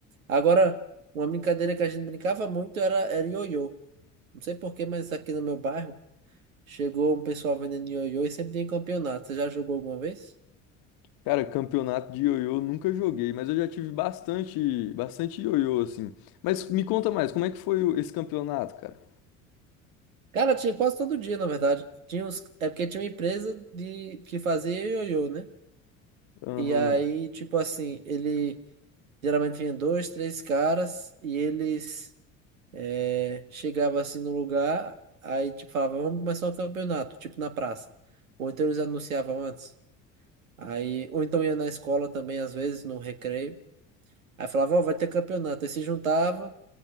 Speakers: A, on the right (about 85°); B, on the left (about 60°).
A: Agora, uma brincadeira que a gente brincava muito era, era ioiô. Não sei por quê, mas aqui no meu bairro chegou um pessoal vendendo ioiô e sempre tinha campeonato. Você já jogou alguma vez?
B: Cara, campeonato de ioiô eu nunca joguei, mas eu já tive bastante, bastante ioiô, assim. Mas me conta mais, como é que foi o- esse campeonato, cara?
A: Cara, tinha quase todo dia, na verdade. Tinha uns... É porque tinha uma empresa de... que fazia ioiô, né?
B: Aham.
A: E aí, tipo assim, ele geralmente vinha dois, três caras e eles é... chegavam assim no lugar, aí tipo falava vamos começar um campeonato, tipo na praça. Ou então eles anunciavam antes. Aí... Ou então ia na escola também, às vezes, no recreio. Aí falava, ó, vai ter campeonato. Aí se juntava.